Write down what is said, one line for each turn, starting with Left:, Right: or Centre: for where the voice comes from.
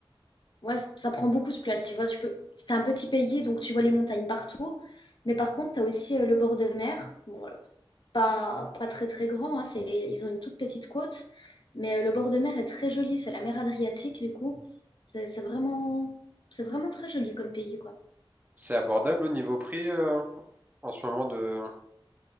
Left: Ouais, c- ça prend beaucoup de place, tu vois. Tu peux... C'est un petit pays, donc tu vois les montagnes partout. Mais par contre, t'as aussi euh, le bord de mer. Bon, euh, pas, pas très, très grand. hein, C'est... Ils ont une toute petite côte. Mais euh, le bord de mer est très joli. C'est la mer Adriatique, du coup. C'est c'est vraiment... c'est vraiment très joli comme pays, quoi.
Right: C'est abordable au niveau prix, euh, en ce moment de...